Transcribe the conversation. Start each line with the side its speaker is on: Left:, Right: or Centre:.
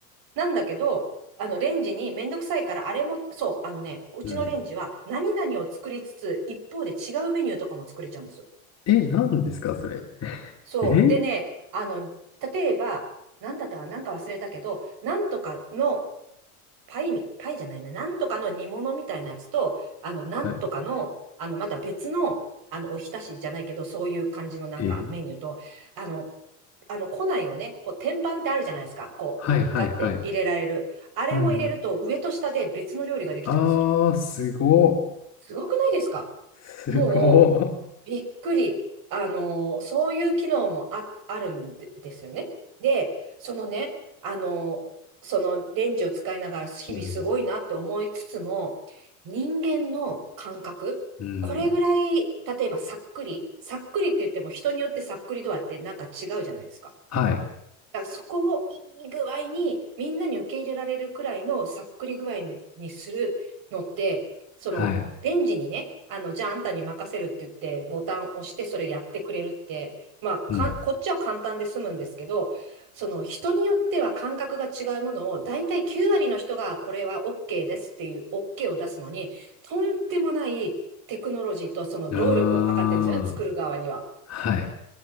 Right: なんだけど、あのレンジにめんどくさいから、あれも、そう、あのね、うちのレンジは何々を作りつつ、
Left: うん。
Right: 一方で違うメニューとかも作れちゃうんですよ。
Left: え、何ですか、それ。
Right: そう。
Left: え
Right: でね、あの、例えば、なんだったかな、なんか忘れたけど、なんとかのパイみ、パイじゃないな、なんとかの煮物みたいなやつと、あの、なんとかの、
Left: はい。
Right: あの、また別の、あの、おひたしじゃないけど、そういう感じのなんかメニューと、
Left: え、
Right: あの、あの、庫内をね、こう、天板ってあるじゃないですか。こう、
Left: はいはいはい。
Right: ガって入れられる。あれを入れると、
Left: うんうん。
Right: 上と下で別の料理ができちゃうんですよ。
Left: あー、すごっ。
Right: すごくないですか
Left: すごっ。
Right: もう、びっくり。あのーそういう機能もあ、あるんで、ですよね。で、そのね、あのーそのレンジを使いながら日々すごいなって思いつつも、
Left: うん。
Right: 人間の感覚、
Left: うん。
Right: これぐらい、例えばさっくり、さっくりって言っても人によってさっくり度合ってなんか違うじゃないですか。
Left: はい。
Right: だからそこをいい具合にみんなに受け入れられるくらいのさっくり具合に、にするのって、そのレンジにね、
Left: はい。
Right: あの、じゃああんたに任せるって言ってボタンを押してそれやってくれるって、まあか、
Left: うん。
Right: こっちは簡単で済むんですけど、その人によっては感覚が違うものを大体9割の人がこれは OK ですっていう OK を出すのに、とんでもないテクノロジーとその労力がかかってるんですよね、
Left: あー、
Right: 作る側には。
Left: はい。